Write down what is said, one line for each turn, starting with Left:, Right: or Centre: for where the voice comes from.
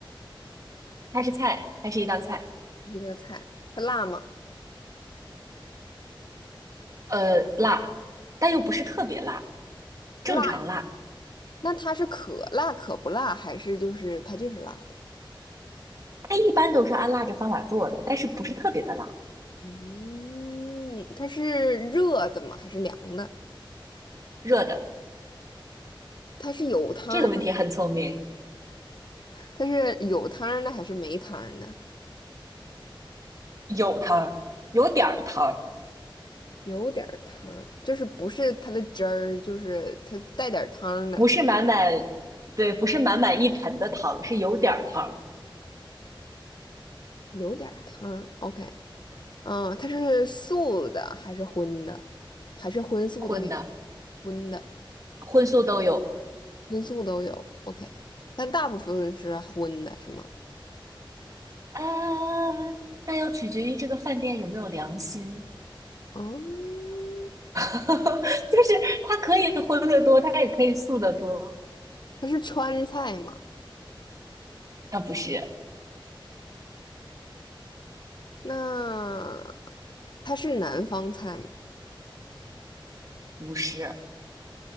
Right: 它是菜，它是一道菜，
Left: 这个菜，它辣吗？
Right: 呃，辣，但又不是特别辣，
Left: 辣，
Right: 正常辣。
Left: 那它是可辣可不辣，还是就是它就是辣的？
Right: 它一般都是按辣着方法做的，但是不是特别的辣。
Left: 嗯，它是热的吗？还是凉的？
Right: 热的，
Left: 它是有汤儿的
Right: 这个问题很聪明。
Left: 它是有汤儿的还是没汤儿的？
Right: 有汤，有点儿糖，
Left: 有点儿汤儿，就是不是它的汁儿，就是它带点儿汤儿的，
Right: 不是满满，
Left: 是吧？
Right: 对，不是满满一盆的汤，是有点儿糖
Left: 有点儿汤儿，OK。嗯，它是素的还是荤的？还是荤素都有？
Right: 混的，
Left: 荤的、
Right: 荤素都有。
Left: 荤素都有。OK，但大部分是荤的，是吗？
Right: 啊，那要取决于这个饭店有没有良心，
Left: 哦，
Right: <laughs> 就是它可以荤的多，它也可以素的多。
Left: 它是川菜吗？
Right: 啊，不是，
Left: 那它是南方菜吗？
Right: 不是，